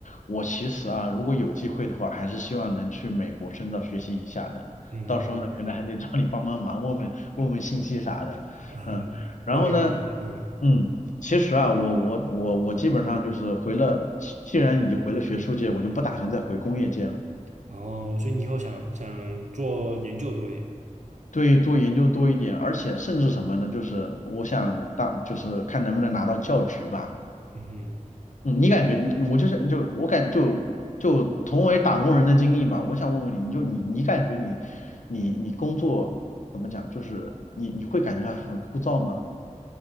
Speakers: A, on the left; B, on the right.
A: 我其实啊，如果有机会的话，还是希望能去美国深造学习一下的。
B: 嗯，
A: 到时候呢，
B: 嗯了解
A: 可能还得找你帮帮忙，问问问问信息啥的。
B: 啊，
A: 嗯，然后呢，
B: 那没问题，嗯，
A: 嗯。其实啊，我我我我基本上就是回了，既既然已经回了学术界，我就不打算再回工业界了。
B: 哦，所以你以后想想做研究多一点，
A: 对，做研究多一点，而且甚至什么呢？就是我想当，就是看能不能拿到教职吧。
B: 嗯哼，
A: 嗯，你感觉你我就是就我感就就同为打工人的经历嘛，我想问问你，你就你你感觉你你你工作怎么讲？就是你你会感觉到很枯燥吗？